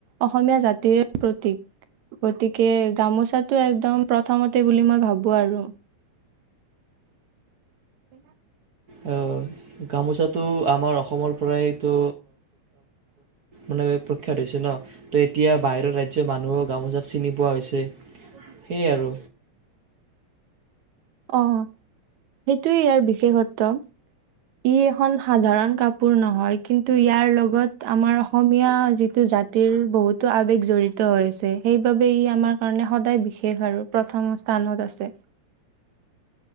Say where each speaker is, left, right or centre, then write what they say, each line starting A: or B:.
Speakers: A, on the right (about 75°); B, on the right (about 50°).
A: অসমীয়া জাতিৰ প্ৰতীক গতিকে গামোচাতো একদম প্ৰথমতে বুলি মই ভাবো আৰু এ
B: অ' গামোচাটো আমাৰ অসমৰ পৰাইতো মানে প্ৰখ্যাত হৈছে ন ত এতিয়া বাহিৰৰ ৰাজ্যৰ মানুহো গামোচা চিনি পোৱা হৈছে
A: কবি
B: সেয়ে আৰু
A: অ সেইটোৱে ইয়াৰ বিশেষত্ব ই এখন সাধাৰণ কাপোৰ নহয় কিন্তু ইয়াৰ লগত আমাৰ অসমীয়া যিটো জাতিৰ বহুতো আৱেগ জড়িত হৈ আছে সেইবাবে ই আমাৰ কাৰণে সদায় বিশেষ আৰু প্ৰথম স্থানত আছে